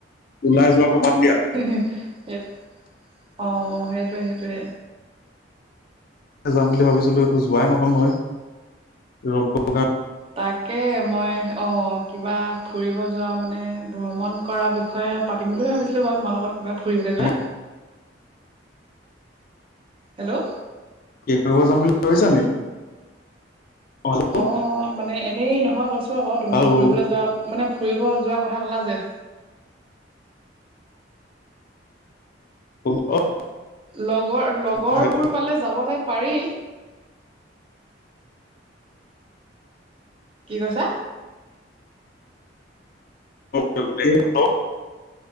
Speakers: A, on the left; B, on the right.
A: ওলাই যোৱটো বাদ দিয়া।
B: সেই অ সেইটোৱে সেইটোৱে।
A: যাম বুলি ভাবিছিলো এইটো যোৱাই নহ'ল নহয়। ৰ'দটোৰ কাৰণে
B: তাকে মই অ কিবা ফুৰিব যোৱা মানে ভ্ৰমণ কৰা বিষয়ে পাতিম বুলি ভাবিছিলো বাৰু তোমাৰ লগত কিবা ফুৰিবলৈ
A: কাৰণে
B: যোৱা। হেল্ল'।
A: কি কৰিব যাম বুলি ভাবিছা নি? হেল্ল'
B: অঁ মানে এনেই নহয় কৈছোঁ আকৌ তুমি
A: হেল্ল'
B: ফুৰিবলৈ যোৱা মানে ফুৰিব যোৱাৰ কথা ক'লা যে?
A: <unintelligible>
B: লগৰ লগৰবোৰ
A: হেল্ল'
B: পালে যাবলৈ পাৰি কি কৈছা?
A: বলে হেল্ল'